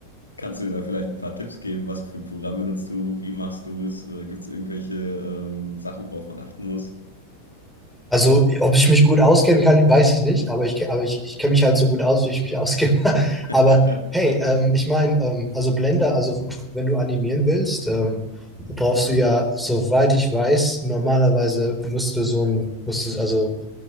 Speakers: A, on the left; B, in the centre.
A: Kannst du mir da vielleicht ein paar Tipps geben, was für Programme nutzt du, wie machst du es, äh, gibt es irgendwelche ähm, Sachen, worauf man achten muss?
B: Also, ob ich mich gut auskennen kann, weiß ich nicht, aber ich, aber ich, ich kenne mich halt so gut aus, wie ich mich auskenne. <laughs>
A: <laughs>
B: Aber hey, ähm, ich meine, ähm, also Blender, also wenn du animieren willst, ähm, brauchst du ja, soweit ich weiß, normalerweise musst du so ein, musst du, also,